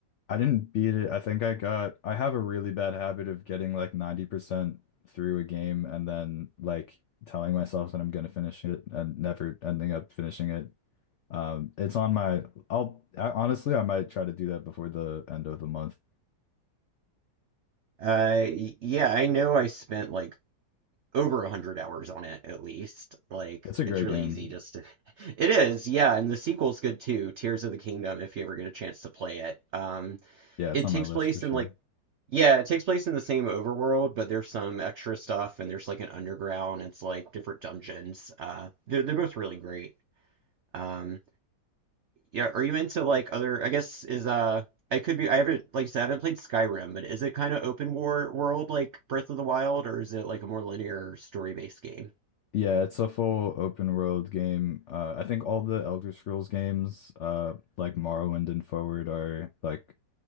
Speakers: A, on the left (about 80°); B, on the right (about 80°).
A: I didn't beat it. I think I got I have a really bad habit of getting like 90% through a game and then like telling myself that I'm gonna finish it and never ending up finishing it. Um, it's on my I'll I, honestly I might try to do that before the end of the month.
B: Uh, y- yeah, I know I spent like over 100 hours on it at least. Like,
A: It's a great
B: it's really
A: game.
B: easy just to. <laughs> It is, yeah, and the sequel's good too, Tears of the Kingdom, if you ever get a chance to play it. Um,
A: Yeah, it's
B: it
A: on
B: takes
A: my list
B: place
A: for sure.
B: in like, yeah, it takes place in the same overworld, but there's some extra stuff and there's like an underground, it's like different dungeons. Uh, they're, they're both really great. Um, yeah, are you into like other, I guess is uh I could be I haven't like I said, I haven't played Skyrim, but is it kind of open war world like Breath of the Wild or is it like a more linear story-based game?
A: Yeah, it's a full open world game. Uh, I think all the Elder Scrolls games, uh, like Morrowind and Forward, are like